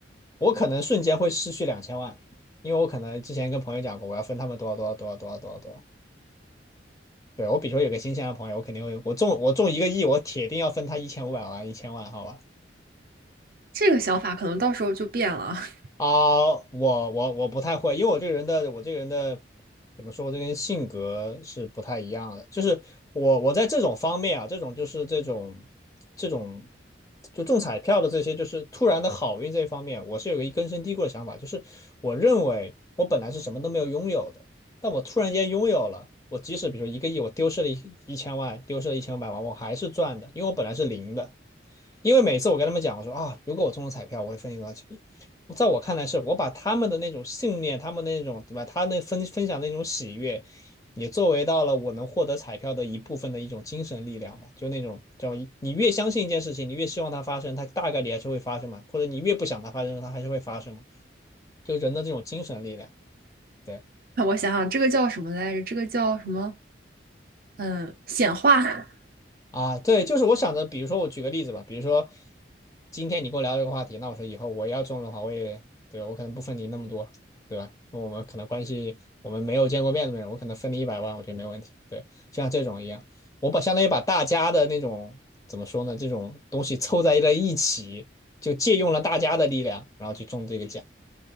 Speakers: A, on the left; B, on the right.
A: 我可能瞬间会失去两千万，因为我可能之前跟朋友讲过，我要分他们多少多少多少多少多少多少。对，我比如说有个新鲜的朋友，我肯定会，我中我中一个亿，我铁定要分他一千五百万一千万，好吧？
B: 这个想法可能到时候就变了。<laughs>
A: 啊，我我我不太会，因为我这个人的我这个人的怎么说，我这个人性格是不太一样的。就是我我在这种方面啊，这种就是这种这种就中彩票的这些，就是突然的好运这一方面，我是有一个根深蒂固的想法，就是我认为我本来是什么都没有拥有的，但我突然间拥有了。我即使比如一个亿，我丢失了一一千万，丢失了一千五百万，我还是赚的，因为我本来是零的。因为每次我跟他们讲，我说啊，如果我中了彩票，我会分你多少钱。在我看来是，我把他们的那种信念，他们的那种对吧，他那分分享那种喜悦，也作为到了我能获得彩票的一部分的一种精神力量吧。就那种叫你越相信一件事情，你越希望它发生，它大概率还是会发生嘛；或者你越不想它发生，它还是会发生嘛。就人的这种精神力量，对。
B: 让我想想，这个叫什么来着？这个叫什么？嗯，显化。<laughs>
A: 啊，对，就是我想着，比如说我举个例子吧，比如说今天你跟我聊这个话题，那我说以后我要中的话，我也对我可能不分你那么多，对吧？那我们可能关系我们没有见过面的人，我可能分你一百万，我觉得没问题。对，就像这种一样，我把相当于把大家的那种怎么说呢，这种东西凑在了一起，就借用了大家的力量，然后去中这个奖。